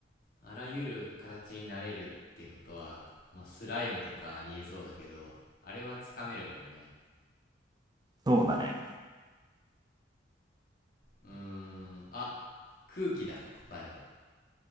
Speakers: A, on the left; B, on the right.
A: う。あらゆる形になれるってことは、まあ、スライムとかありえそうだけど、あれはつかめるもんね。
B: そうだね。
A: うーん、あ、空気だ、答えは。